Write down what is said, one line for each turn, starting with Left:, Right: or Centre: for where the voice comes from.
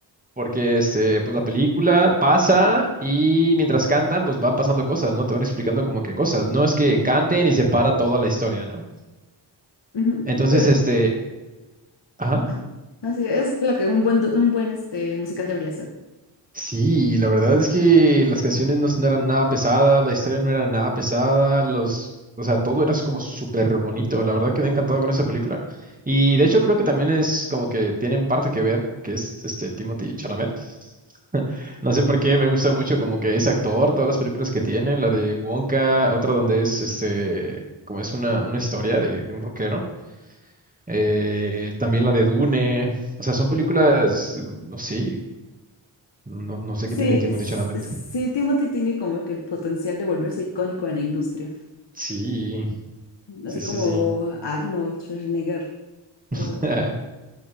Right: Porque este, pues la película pasa y mientras cantan, pues van pasando cosas, ¿no? Te van explicando como que cosas. No es que canten y se para toda la historia, ¿no?
Left: Ujú,
Right: Entonces,
Left: Pues,
Right: este, ajá.
Left: ah, así es lo que un buen, do- un buen este, musical debería ser.
Right: Sí, la verdad es que las canciones no, no eran nada pesadas, la historia no era nada pesada, los, o sea, todo era como súper bonito. La verdad quedé encantado con esa película. Y de hecho creo que también es como que tienen parte que ver porque es este Timothy Chalamet. <laughs> No sé por qué, me gusta mucho como que es actor, todas las películas que tiene, la de Wonka, otra donde es este, como es una, una historia de, de un rockero, eh, también la de Dune, o sea, son películas, no sé, no, no sé
Left: Sí,
Right: qué tiene Timothée
Left: s-
Right: Chalamet.
Left: sí, Timothy tiene como que el potencial de volverse icónico en la industria.
Right: Sí, sí,
Left: Así
Right: sí,
Left: como
Right: sí.
Left: Arnold Schwarzenegger o,
Right: <laughs>